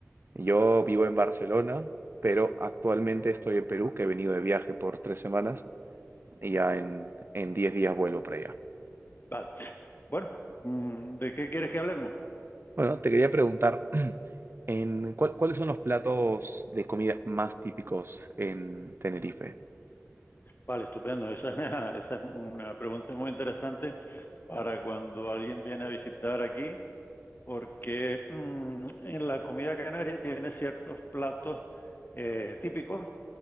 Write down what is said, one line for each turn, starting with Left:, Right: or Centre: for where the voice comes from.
Right: Yo vivo en Barcelona, pero actualmente estoy en Perú, que he venido de viaje por tres semanas y ya en, en diez días vuelvo para allá.
Left: Vale. Bueno, mm, ¿de qué quieres que hablemos?
Right: Bueno, te quería preguntar, ¿en cuál- cuáles son los platos de comida más típicos en Tenerife?
Left: Vale, estupendo. Esa, <laughs> esa es una pregunta muy interesante para cuando alguien viene a visitar aquí, porque mm, en la comida canaria tiene ciertos platos eh, típicos